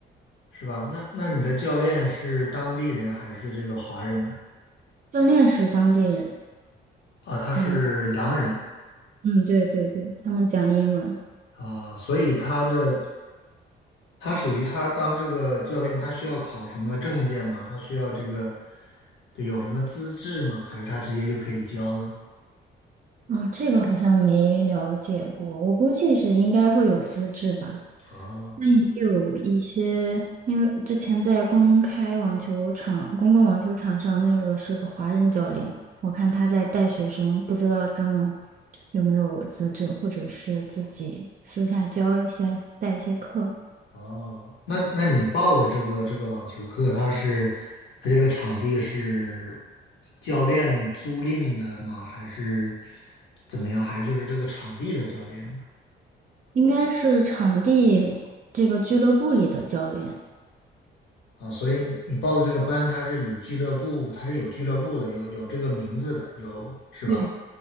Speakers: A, on the left; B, on the right.
A: 是吧？那那你的教练是当地人还是这个华人呢？
B: 教练是当地人，
A: 啊，他是洋人
B: 讲，嗯，对对对，他们讲英文。
A: 啊，所以他的他属于他当这个教练，他需要考什么证件吗？他需要这个，对，有什么资质吗？还是他直接就可以教呢？
B: 啊，这个好像没了解过，我估计是应该会有资质吧。
A: 哦。
B: 那嗯也有一些，因为之前在公开网球场、公共网球场上，那个是个华人教练，我看他在带学生，不知道他们有没有资质，或者是自己私下教一些、带一些课，
A: 哦，那那你报的这个这个网球课，它是它这个场地是教练租赁的吗？还是怎么样？还是就是这个场地的教练呢？
B: 应该是场地这个俱乐部里的教练。
A: 啊，所以你报的这个班，它是以俱乐部，它是有俱乐部的，有有这个名字的，有是吧？
B: 对，